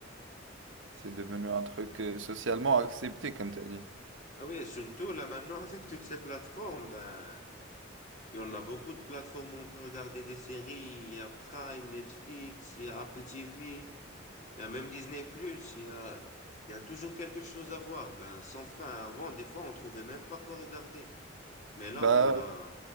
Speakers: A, on the right (about 70°); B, on the left (about 40°).
A: C'est devenu un truc euh, socialement accepté, comme tu as dit.
B: Ah oui, et surtout là maintenant <laughs> avec toutes ces plateformes, ben, il y en a beaucoup de plateformes où on peut regarder des séries. Il y a Prime, Netflix, il y a Apple TV. Il y a même Disney+, Plus, il y a, il y a toujours quelque chose à voir. Ben, sans fin, avant, des fois, on trouvait même pas quoi regarder. Mais là,
A: Bah,
B: on a,